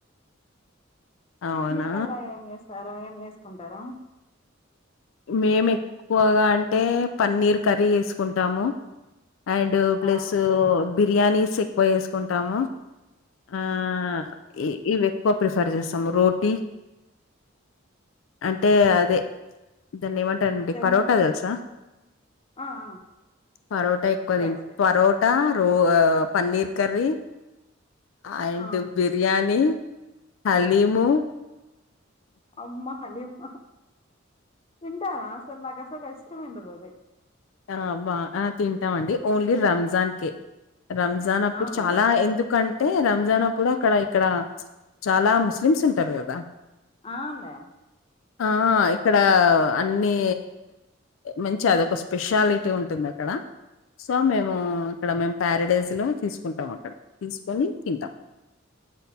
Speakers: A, on the left (about 80°); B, on the left (about 30°).
A: అవునా
B: మీకలా ఏం చేస్తారో ఏం చేసుకుంటారా
A: మేము ఎక్కువగా అంటే పన్నీర్ కర్రీ వేసుకుంటాము అండ్ ప్లస్
B: ఆ
A: బిర్యానీస్ ఎక్కువ వేసుకుంటాము ఆ ఆ ఈ వ్యక్ ఎక్కువ ప్రిఫర్ చేస్తాము రోటీ అంటే అదే దాన్ని ఏమంటానండి
B: జొన్న
A: పరోటా తెలుసా
B: ఆ ఆ
A: పరోటా ఎక్కువ
B: సరే
A: తిం
B: సరే
A: పరోటా రో పన్నీర్ కర్రీ అండ్
B: ఆ
A: బిర్యానీ హాలిము
B: అమ్మ హాలీము ఉంటా అసలు నాకుసలు కష్టమే ఉండదది
A: ఆ బా తింటాం అండి ఓన్లీ రంజాన్ కే రంజాన్ అప్పుడు
B: అవునా
A: చాలా ఎందుకన్ అంటే రంజాన్ అప్పుడు అక్కడ ఇక్కడ చాలా ముస్లిమ్స్ ఉంటారు కదా
B: ఆనులే
A: ఆ ఇక్కడ అన్ని మంచి అదకొస్ స్పెషాలిటీ ఉంటుంది అక్కడ సో మేము ఇక్కడ మేము ప్యారడైస్ లో తీసుకుంటాము అక్కడ తీసుకొని తిం